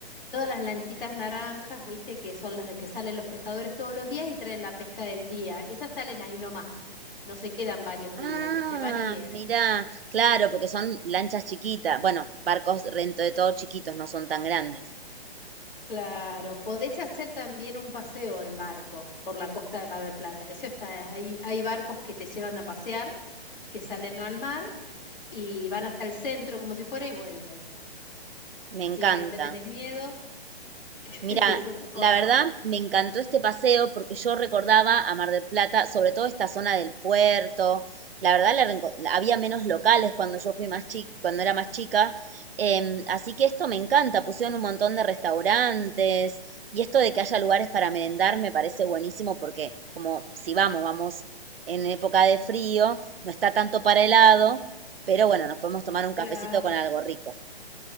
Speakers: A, on the left (about 60°); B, on the right (about 65°).
A: todas las lanchitas naranjas, viste, que son las de que salen los pescadores todos los días y traen la pesca del día. Esas salen ahí nomás, no se quedan varios
B: Ah,
A: días, viste, van y vienen.
B: mirá, claro, porque son lanchas chiquitas. Bueno, barcos dentro de todo chiquitos, no son tan grandes.
A: Claro, podés hacer también un paseo en barco por la costa de Mar del Plata. Eso está, hay, hay barcos que te llevan a pasear, que salen al mar y van hasta el centro como si fuera y vuelven.
B: Me
A: Si
B: encanta.
A: no le tenés miedo, <laughs>
B: Mira,
A: es otra cosa.
B: la verdad me encantó este paseo porque yo recordaba a Mar del Plata, sobre todo esta zona del puerto. La verdad la renco- la- había menos locales cuando yo fui más chica, cuando era más chica. Em, así que esto me encanta. Pusieron un montón de restaurantes y esto de que haya lugares para merendar me parece buenísimo porque como si vamos, vamos en época de frío, no está tanto para helado, pero bueno, nos podemos tomar un cafecito
A: Claro.
B: con algo rico.